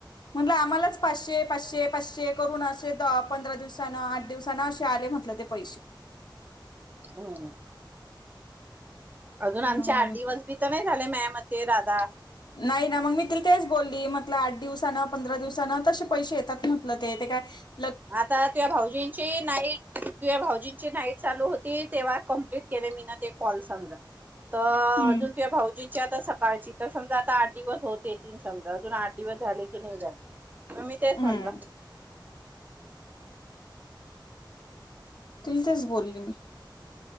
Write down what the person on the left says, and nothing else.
म्हंटलं आम्हालाच पाचशे, पाचशे, पाचशे करून असे पंधरा दिवसान आ -- दिवसाना अस आले म्हटल ते पैसे.
मग
म्हणे
नाही ना. मग मी -- तेच बोलली म्हटलं आठ दिवसान, पंधरा दिवसान तसे पैसे येतात. म्हटलं ते ते काय -
हम्म
हम्म तिल तेच बोलली मी.